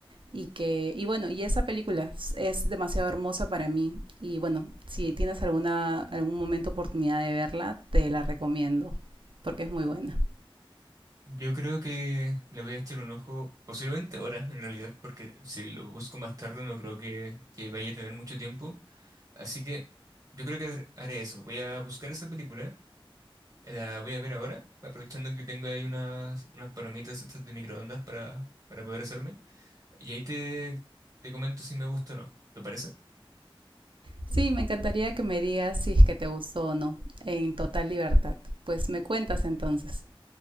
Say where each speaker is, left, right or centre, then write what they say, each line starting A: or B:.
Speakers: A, on the right; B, on the right.
A: y que, y bueno, y esa película es- demasiado hermosa para mí. Y bueno, si tienes alguna, algún momento oportunidad de verla, te la recomiendo, porque es muy buena.
B: Yo creo que le voy a echar un ojo, posiblemente ahora, en realidad, porque si lo busco más tarde no creo que, que vaya a tener mucho tiempo Así que yo creo que haré eso. Voy a buscar esa película, la voy a ver ahora, aprovechando que tengo ahí unas, unas palomitas estas de microondas para, para poder hacerme. Y ahí te, te comento si me gusta o no. ¿Te parece?
A: Sí, me encantaría que me digas si es que te gustó o no, en total libertad. Pues me cuentas entonces.